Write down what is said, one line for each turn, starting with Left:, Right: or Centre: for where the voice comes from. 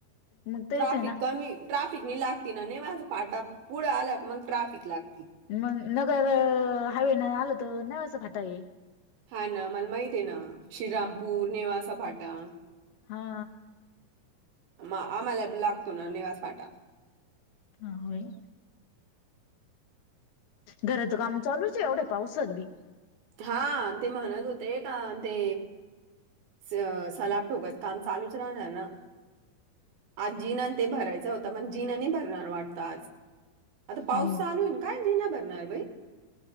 Left: मग तेच
Right: ट्राफिक
Left: आहे ना
Right: कमी ट्राफिक नि लागती ना नेवासा फाटा पुढ आला की मग ट्राफिक लागती.
Left: मंग नगर हायवे न आल त नेवासा फाटा ये.
Right: हा न मला माहित ये ना श्रीरामपूर नेवास सा फाटा
Left: हा
Right: मा आम्हाला लागतो ना निवास फाटा.
Left: हा होय. घराचं काम चालूच ये एवढया पावसात बी
Right: हा ते म्हणत होते का ते स सलाब ठोकाच काम चालू च राणार ना आज जिना नं ते भरायचा होता मंग जिना नी भरणार वाटतं आज आता पाऊस
Left: हम्म.
Right: चालू ये ना काय जिना भरणार बाई